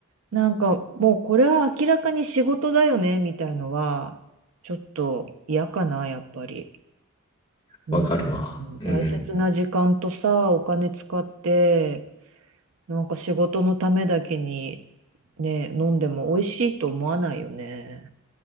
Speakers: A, on the right; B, on the left.
A: なんかもうこれは明らかに仕事だよね、みたいのは、ちょっと嫌かな、やっぱり。うん、
B: わかるわ。
A: うん大切な時間とさ、
B: うん。
A: お金使って、なんか仕事のためだけにね、飲んでも美味しいと思わないよね。